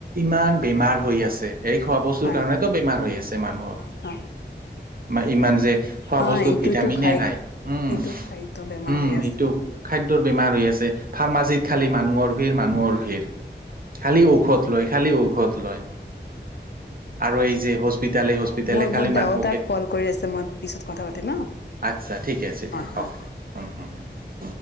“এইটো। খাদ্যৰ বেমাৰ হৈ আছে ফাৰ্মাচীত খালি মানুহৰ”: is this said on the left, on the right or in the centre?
Right